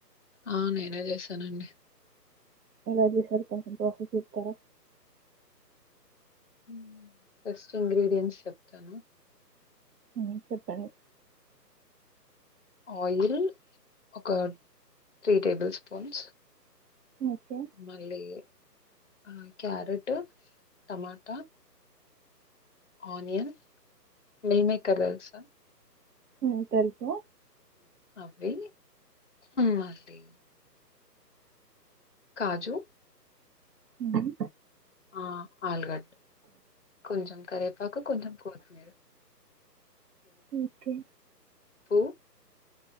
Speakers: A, on the left; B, on the right.
A: అ నేనే చేశానండి
B: ఎలా చేసారు కొంచం ప్రాసెస్ చెప్తార
A: మ్ ఫస్ట్ ఇంగ్రీడియంట్స్ చెప్తాను
B: మ్ చెప్పండి
A: ఆయిల్ ఒక త్రీ టేబుల్ స్పూన్స్
B: ఓకే
A: మళ్లి అ carrot tomato onion meal maker తెలుస
B: మ్ తెలుసు
A: అవి మళ్లి కాజు
B: ఉమ్
A: అ ఆలుగ కొంచెం కరేపాకు కొంచెం కోతుమీరు
B: ఓకే
A: ఉప్పు